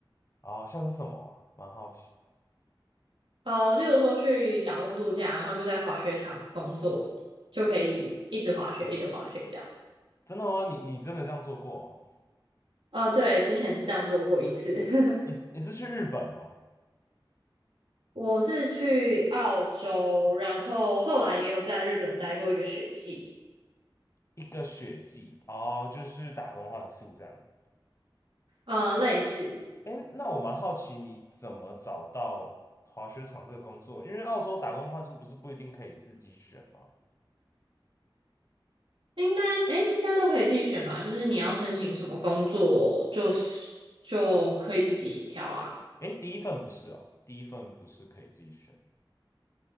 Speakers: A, on the left; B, on the right.
A: 啊、像是什么啊？蛮好奇。
B: 呃，例如说去打工度假，然后就在滑雪场工作，就可以一直滑雪，一直滑雪这样。
A: 真的吗？你你真的这样做过哦？
B: 呃，对，之前这样做过一次。<laughs>
A: 你是你是去日本吗？
B: 我是去澳洲，然后后来也有在日本待过一个学季，
A: 一个雪季哦，就是打工换宿这样。
B: 呃，类似。
A: 哎，那我蛮好奇你怎么找到滑雪场这个工作？因为澳洲打工换宿不是不一定可以自己选吗？
B: 应该，哎，应该都可以自己选吧。就是你要申请什么工作，就是就可以自己挑啊。
A: 哎，第一份不是哦，第一份不是可以自己选。